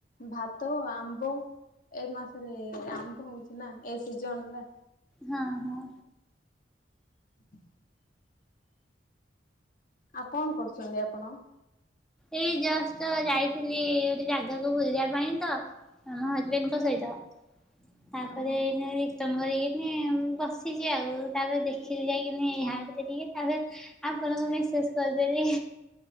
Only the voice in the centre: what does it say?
ହଁ ହଁ
ଏଇ ଜଷ୍ଟ ତ ଯାଇଥିଲି ଗୋଟେ ଜାଗାକୁ ବୁଲିବା ପାଇଁ ତ ଆମ ହଜବେଣ୍ଡ୍ ସହିତ ତାପରେ
<unintelligible> କରିକିନି ବସିଛି ଆଉ ତାପରେ ଦେଖିକି ଯାଇକିନି ଏହା ଭିତରେ ଟିକେ। ତାପରେ ଆପଣଙ୍କୁ ମେସେଜ କରିଦେଲି।